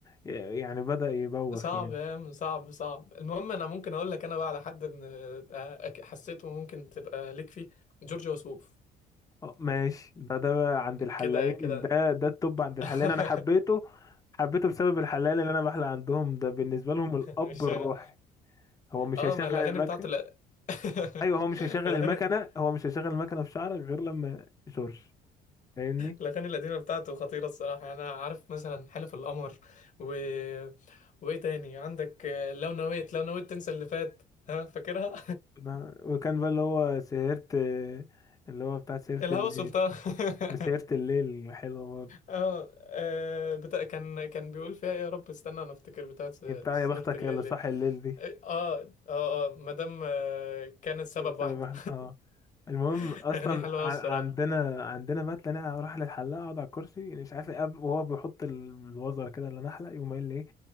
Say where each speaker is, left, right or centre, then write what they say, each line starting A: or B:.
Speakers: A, on the left; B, on the left.
A: يعني بدأ يبوخ
B: صعب
A: يعني
B: يا عم، صعب صعب المهم انا ممكن اقول لك انا بقى على حد ان آه، أك- حسيته ممكن تبقى ليك فيه جورج وسوف
A: اه ماشي ده ده بقى عند الحلاقين
B: كده كده
A: ده ده التوب عند الحلاقين
B: <laughs>
A: انا حبيته حبيته بسبب الحلال اللي انا بحلق عندهم ده بالنسبه لهم الاب
B: مش
A: الروحي
B: شغ-
A: هو مش
B: اه
A: هيشغل
B: ما الاغاني
A: المكنه
B: بتاعته لا <laughs>
A: ايوه هو مش هيشغل
B: الاغاني
A: المكنه
B: <laughs>
A: هو مش هيشغل المكنه في شعرك غير لما جورج فاهمني
B: الاغاني القديمه بتاعته خطيره الصراحه انا عارف مثلا حلف القمر و وايه تاني عندك آه، لو نويت لو نويت تنسى اللي فات ها فاكرها
A: ما- وكان بقى اللي هو سهرة اللي هو بتاع
B: <laughs>
A: سهرة
B: الهوى
A: الليل
B: سلطان
A: وسهرة
B: <laughs>
A: الليل حلوة برضه
B: اه آه، بتا... كان كان بيقول فيها ايه يا رب استنى انا افتكر بتاعت س-
A: هي بتاع
B: سهرة
A: يا بختك
B: الليل
A: يا اللي
B: ليه
A: صاحي الليل دي
B: اه اه اه مادام آه، كانت سبب
A: بسبب
B: واحدة
A: واحد اه المهم
B: <laughs>
A: اصلا
B: اغنية حلوة أوي
A: ع-
B: الصراحة
A: عندنا عندنا بقى تلاقيني اروح للحلاق اقعد على الكرسي يعني مش عارف ايه أب- وهو بيحط ال- الوزر كده اللي نحلق يقوم قايل لي ايه